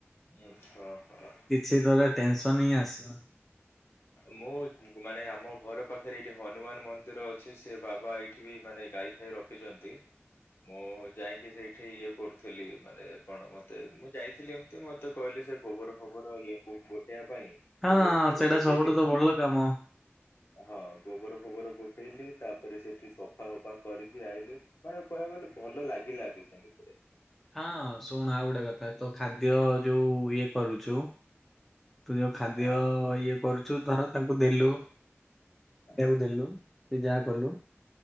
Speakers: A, on the left; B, in the centre.
A: ହୁ, ହଁ ହଁ।
B: କିଛି ଥରେ ଟେନସନ ହିଁ ଆସିବନି।
A: ମୁଁ ମାନେ ଆମ ଘର ପାଖରେ ଏଠି ହନୁମାନ ମନ୍ଦିର ଅଛି। ସେ ବାବା ଏଇଠି ବି ମାନେ ଗାଇ- - ରଖିଚନ୍ତି। ମୁଁ ଯାଇକି ସେଇଠି ଇଏ କରୁଥିଲି ମାନେ କଣ ମତେ ମୁଁ ଯାଇଥିଲି ଏ -- ମିତି ମତେ କହିଲେ ସେ ଗୋବର ଫୋବର ଇଏ କ ଗୋଟେଇବା ପାଇଁ।
B: ହଁ,
A: ଗୋବର ଫୋବର
B: ସେଇଟା
A: ଗୋଟେଇଲି
B: ସବୁଠୁ ତ ଭଲ କାମ।
A: ହଁ ଗୋବର ଗୋବର ଗୋଟେଇଲି ତାପରେ ସେଠି ସଫା ସଫା କରିକି ଆଇଲି। ମାନେ କହିବାକୁ ଗଲେ ଭଲ ଲାଗିଲା ବି ସେମିତିରେ।
B: ହଁ ଶୁଣ ଆଉ ଗୋଟେ କଥା ତ ଖାଦ୍ୟ ଯୋଉ ଇଏ କରୁଛୁ। ତୁ ଯୋଉ ଖାଦ୍ୟ
A: ହଁ
B: ଇଏ କରୁଛୁ ଧର ତାଙ୍କୁ ଦେଲୁ ଖାଇବାକୁ
A: ହଁ
B: ଦେଲୁ। ସେ ଯାହା କଲୁ